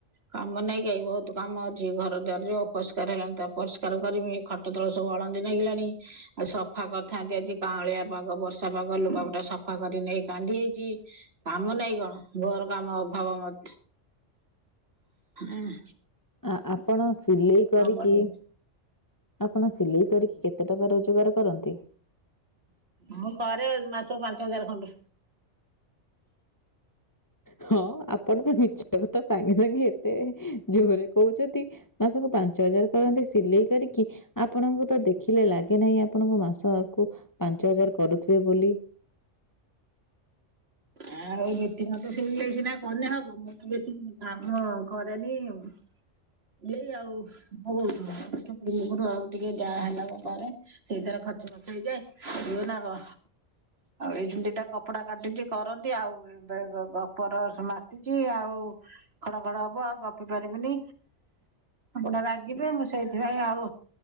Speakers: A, on the right; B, on the left.
A: କାମ ନାଇଁ କାଇ ବହୁତ କାମ ଅଛି, ଘର ଦ୍ୱାର ଯୋଉ ଅପରିଷ୍କାର ହେଲାଣି ତାକୁ ପରିଷ୍କାର କରମି ଖ ଟ ତଳ ସବୁ ଅଳନ୍ଦି ନାଗିଲାଣି ଆଉ ସଫା କରିଥାନ୍ତି ଆଜି କାଉଁଳିଆ ପାଗ ବର୍ଷା ପାଗ ଲୁଗାପଟା ସଫା କରି ନେଇ କାଣ୍ଡି ହେଇଚି। କାମ ନାଇଁ କଣ ଘୋର କାମ ଅଭାବ ମତ ଏଁ।
B: ଆ ଆପଣ ସିଲେଇ କରିକି
A: କରିବି
B: ଆପଣ ସିଲେଇ କରିକି କେ ତେ ଟଙ୍କା ରୋଜଗାର କରନ୍ତି?
A: ମୁଁ କରେ ମାସକୁ ପାଞ୍ଚ ହଜାର ଖଣ୍ଡେ।
B: ହଁ ଆପଣ ତ ମିଛ କଥା ସାଙ୍ଗେ ସାଙ୍ଗେ ଏତେ ଜୋହରେ କହୁଛନ୍ତି। ମାସକୁ ପାଞ୍ଚ ହଜାର କରନ୍ତି, ସିଲେଇ କରିକି ଆପଣଙ୍କୁ ତ ଦେଖିଲେ ଲାଗେ ନାହିଁ, ଆପଣଙ୍କ ମାସକୁ ପାଞ୍ଚ ହଜାର କରୁଥିବେ ବୋଲି।
A: ଆଉ ରୀତି ମତ ସିଲେଇ ସିନା କନେ ହବ, ମୁଁ ତ ବେଶୀ କାମ କରେନି ଆଉ। ସିଲେଇ ଆଉ, <unintelligible> ମୋର ଟିକେ ଯା ହେଲା ମୁଁ କରେ। ସେଇଥିର ଖର୍ଚ ବାର୍ଚ ହେଇଯାଏ, ରୁହେନା ଆଉ ଏଇ ଖିଣୀ ଦିଟା କପଡା କାଟିଚି। କରନ୍ତି ଆଉ ଏବେ ଗ ଗପର ସ୍ ମାତିଚି ଆଉ। ଖଡ ଖଡ ହବ ଆଉ ଗପି ପାରିବିନି। ଆପଣ ରାଗିବେ ମୁଁ ସେଇଥିପାଇଁ ଆଉ